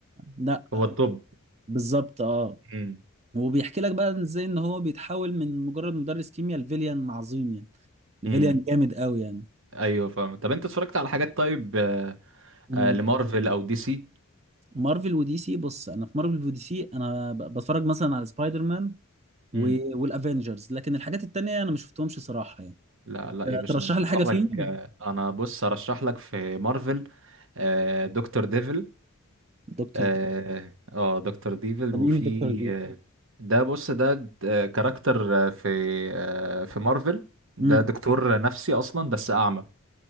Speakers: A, on the right; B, on the right.
A: لا
B: هو
A: آه،
B: الطب
A: بالظبط اه
B: امم
A: وبيحكي لك بقى ازاي ان هو بيتحول من مجرد مدرس كيمياء لفيليان عظيم يعني لفيليان
B: امم
A: جامد قوي يعني
B: ايوه فاهم طب انت اتفرجت على حاجات طيب آه،
A: مم.
B: آه، لمارفل او دي سي
A: مارفل ودي سي بص انا في مارفل ودي سي انا ب- بتفرج مثلا على سبايدر مان و-
B: امم
A: والافينجرز لكن الحاجات التانية انا ما شفتهمش صراحة يعني
B: لا لا ايه باشا
A: ترشح
B: انت
A: لي
B: اتفرج
A: حاجة فيهم
B: آه، انا بص ارشح لك في مارفل آه، دكتور ديفل
A: دكتور
B: اه
A: دي
B: آه، دكتور ديفل
A: مين
B: وفي
A: دكتور دي
B: آه، ده بص ده د- آه، كاركتر آه، في آه، في مارفل ده
A: امم
B: دكتور نفسي اصلا بس اعمى